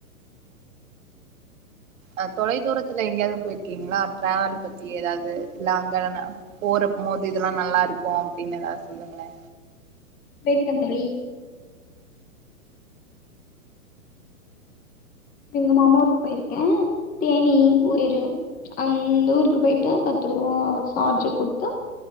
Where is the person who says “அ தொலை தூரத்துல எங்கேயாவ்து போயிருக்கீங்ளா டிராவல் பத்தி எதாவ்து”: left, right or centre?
Right